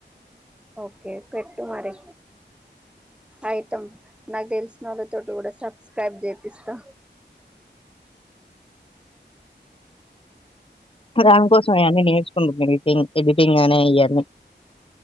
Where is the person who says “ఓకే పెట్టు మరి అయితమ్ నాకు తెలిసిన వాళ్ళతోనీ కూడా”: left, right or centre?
Centre